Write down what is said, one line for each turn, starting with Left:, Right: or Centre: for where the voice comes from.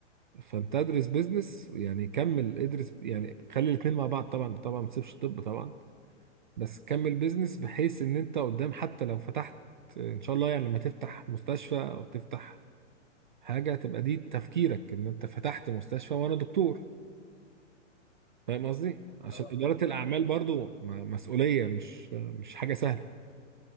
Right: فانت ادرس بيزنس يعني كمل ادرس يعني خلي الاتنين مع بعض طبعا طبعا ما تسيبش الطب طبعا بس كمل بيزنس بحيث ان انت قدام حتى لو فتحت ان شاء الله يعني لما تفتح مستشفى او تفتح حاجة تبقى دي تفكيرك ان انت فتحت مستشفى وانا دكتور فاهم قصدي عشان
Left: اه
Right: إدارة
Left: فاهم
Right: الأعمال
Left: آه.
Right: برضو م- مسؤولية مش مش حاجة سهلة